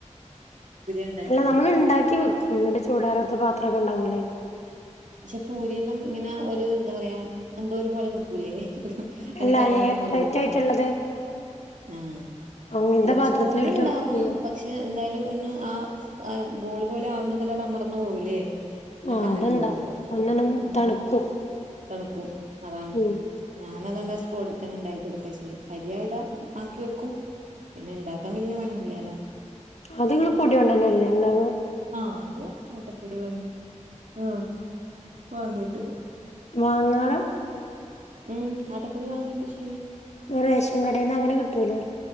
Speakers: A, on the right (about 80°); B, on the left (about 60°).
A: ഉണ്ടാക്കിന്ന്
B: അല്ല നമ്മള് ണ്ടാക്കി വെക്കും. ന്ന്ട്ട് ചൂടാറാത്ത പാത്രക്കെ ണ്ടാവൂലെ?
A: ശെ പൂര്യെല്ലാം ഇങ്ങനെ ഒരു എന്താ പറയാ എന്തോ ഒരു പോലെ നിക്കൂലേ?
B: അല്ല
A: എനക്ക് അങ്ങനെ
B: എയർ
A: കാണുമ്പോ
B: ടൈറ്റ്
A: എന്തോ
B: ആയിട്ടുള്ളത്
A: ആഹ്
B: അങ്ങനത്തെ
A: അല്ല
B: പാത്രത്തിലിട്ട്
A: ചൂട്ണ്ടാവും
B: വെക്കയ്യും
A: പക്ഷെ <unintelligible> എന്തായാലും ഒന്ന് ആ ആ ബോള് പോലെ ആവുന്നതെല്ലാട അമർന്നു പോവൂല്ലേ? നക്ക്
B: ആഹ്
A: അന്നേരം
B: അത്ണ്ടാവും
A: ന്തോ പൊല്യവും.
B: ഒന്നണ്
A: ഉം
B: തണുക്കും
A: തണുക്കും അതാണ്.
B: ഉം
A: ഞാന അതോണ്ട ആ സ്പോട്ട്തെന്നെ ണ്ടാക്കി കൊടുക്കാ ചെയ്യാ. അരിയവ്ടെ ആക്കി വെക്കും. പിന്നെ ണ്ടാക്കാ വെല്ല്യ പണില്ല്യേലോ.
B: അത്ങ്ങള് പൊട്യേണ്ടെന്നെല്ലേ ണ്ടാവ?
A: ആഹ് അത് ആട്ടപ്പൊടി വാങ്ങി ആഹ് വാങ്ങിട്ട്
B: വാങ്ങാറാ?
A: ഉം ആട്ടപ്പൊടി വാങ്ങീട്ട് ശെയ്യും.
B: ത് റേഷൻ കടേന്ന് അങ്ങനെ കിട്ടൂലെ?